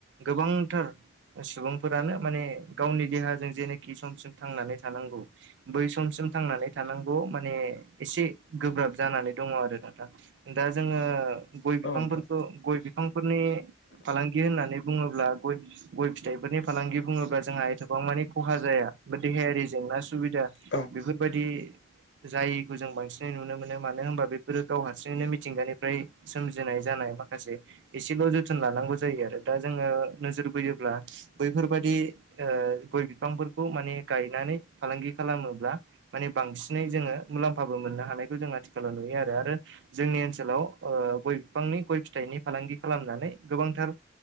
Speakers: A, on the right (about 70°); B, on the left (about 75°).
A: गोबांथार सुबुंफोरानो माने गावनि देहाजों जेनोखि इ समसिम थांनानै थानांगौ बै समसिम थांनानै थानांगौ माने एसे गोब्राब जानानै दङ' आरो नाथां दा जोङो गय
B: औ
A: बिफांफोरखौ
B: नोंथां
A: गय बिफांफोरनि फालांगि होननानै बुङोब्ला गय-गय फिथाइफोरनि फालांगि बुङोब्ला जोंहा एथ'बां मानि खहा जाया बा देहायारि जेंना सुबिदा
B: औ
A: बेफोरबायदि जायखौ जों बांसिनै नुनो मोनो मानो होनबा बेफोरो गाव हारसिङैनो मिथिंगानिफ्राय सोमजिनाय जानाय माखासे एसेल' जोथोन लानांगौ जायो आरो दा जोङो नोजोर बोयोब्ला बैफोरबायाददि ओ गय बिफांफोरखौ माने गायनानै फालांगि खालामोब्ला माने बांसिनै जोङो मुलाम्फाबो मोननो हानायखौ जों आथिखालाव नुयो आरो आरो जोंनि ओनसोलाव ओ गय बिफांनि गय फिथाइनि फालांगि खालामनानै गोबांथार